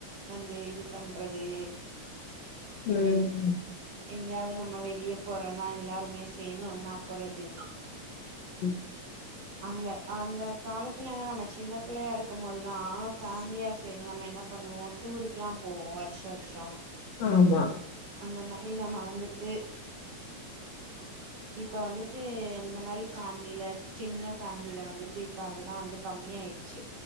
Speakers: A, on the right (about 65°); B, on the left (about 80°).
A: வந்து இது பண்றது
B: ம்ம்
A: எங்கயாவது நம்ம வெளிய போறோன்னா எல்லாருமே சேந்து ஒண்ணா போறது
B: ம்
A: அந்த அந்த காலத்துலல்லா நம்ம சின்ன பிள்ளையா இருக்கு போததெல்லா ஃபேமிலியா சேந்து நம்ம என்ன பண்ணுவோ டூருக்கெல்லா போவோ வர்ஷ வர்ஷோ
B: ஆமா
A: அந்த மாரி நம்ம வந்துட்டு இப்ப வந்துட்டு இந்த மாதிரி ஃபேமிலில சின்ன ஃபேமிலில வந்துட்டு இப்ப அதெல்லா வந்து கம்மிய ஆயிடுச்சு